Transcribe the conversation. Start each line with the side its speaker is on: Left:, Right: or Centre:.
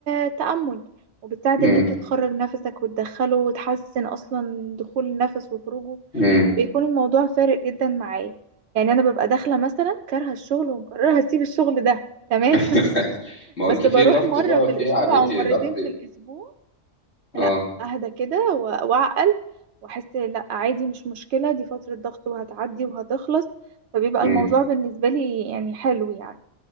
Right: التأمل وبتساعد
Left: امم
Right: ان انت تخرج نفسك وتدخله وتحسن اصلا دخول النفس وخروجه
Left: امم
Right: بيكون الموضوع فارق جدا معايا يعني انا ببقى داخله مثلا كارهه الشغل ومقرره هسيب الشغل ده تمام
Left: <laughs>
Right: <laughs>
Left: ما
Right: بس
Left: هو انت
Right: بروح
Left: في ضغط
Right: مره
Left: بقى
Right: في الاسبوع
Left: في عليك
Right: او مرتين
Left: ضغط
Right: في الاسبوع لا
Left: اه
Right: اهدى كده و- واعقل واحس لا عادي مش مشكلة دي فترة ضغط وهتعدي وهتخلص فبيبقى
Left: مم.
Right: الموضوع بالنسبة لي يعني حلو يعني